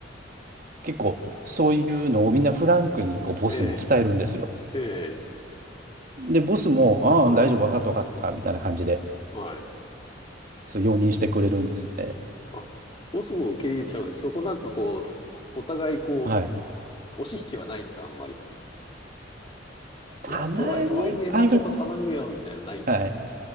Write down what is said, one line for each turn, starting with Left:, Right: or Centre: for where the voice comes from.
Right: 結構そういうのをみんなフランクにこうボスに伝えるんですよ。
Left: ええ、ええ、
Right: で、ボスも、ああ、
Left: はい、
Right: 大丈夫、わかった、わかった、みたいな感じで、
Left: はい。
Right: そう、容認してくれるんですね。
Left: あ、ボスも受け入れちゃうんです。そこなんかこう、お互いこう、
Right: はい。
Left: 押し引きはないんですか、あんまり。
Right: たまにある。
Left: いや、とはいえ、とはいえ、もうちょっと頼むよ、みたいなのないんですか。
Right: はい。